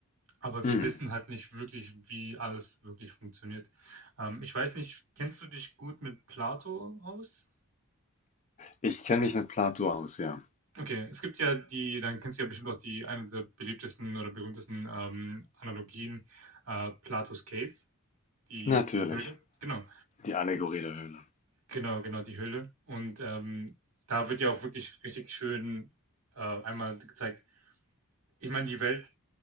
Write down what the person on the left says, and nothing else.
mm.
Ich kenne mich mit Plato aus, ja.
Natürlich.
Die Allegorie der Höhle.